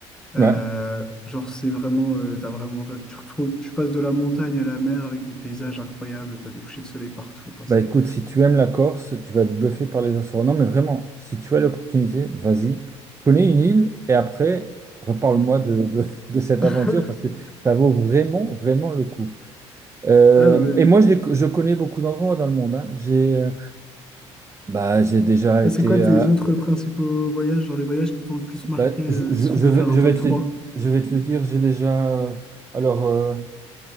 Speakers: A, in the centre; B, on the right (about 20°).
A: Euh,
B: ouais.
A: genre, c'est vraiment, euh, t'as vraiment, tu tu retrouves, tu passes de la montagne à la mer avec des paysages incroyables, t'as des couchers de soleil partout. Enfin,
B: Bah
A: c'est.
B: écoute, si tu aimes la Corse, tu vas être bluffé par les Açores. Non, mais vraiment, si tu as l'opportunité, vas-y, connais une île et après, reparle-moi de, de, <laughs> de cette
A: <laughs>
B: aventure parce que ça vaut vraiment, vraiment le coup. Euh,
A: Ah non, mais.
B: et moi, je, les- je connais beaucoup d'endroits dans le monde. hein. J'ai euh, bah, j'ai déjà
A: là
B: été
A: C'est quoi tes
B: à
A: autres principaux voyages, genre les voyages qui t'ont le plus marqué,
B: Bah,
A: euh,
B: je, je,
A: si tu
B: je
A: devais
B: vais,
A: faire un
B: je
A: top
B: vais te
A: trois
B: le, je vais te le dire, j'ai déjà... euh, Alors, euh,